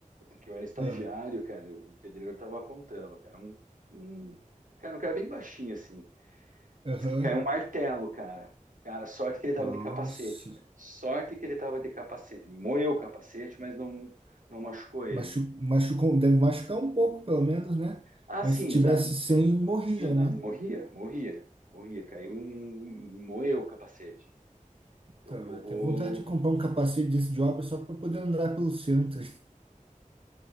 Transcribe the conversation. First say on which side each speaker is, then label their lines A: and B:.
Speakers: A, on the right (about 75°); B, on the right (about 40°).
A: que eu era estagiário,
B: Ah,
A: cara. O pedreiro tava contando, cara. Um, um- cara, um cara bem baixinho, assim.
B: Aham.
A: Diz que caiu um martelo, cara. Cara, sorte que ele tava
B: Nossa.
A: de capacete, cara. Sorte que ele tava de capacete. Moeu o capacete, mas não, não machucou ele.
B: Machu, machucou, deve machucar um pouco, pelo menos, né?
A: Ah,
B: Mas
A: sim,
B: se tivesse
A: dá,
B: sem, morria,
A: Você, não,
B: né?
A: morria, morria, morria. Caiu um. um, Moeu o capacete. Então
B: Então,
A: o povo.
B: eu tenho vontade de comprar um capacete desse de obra só para poder andar pelo centro.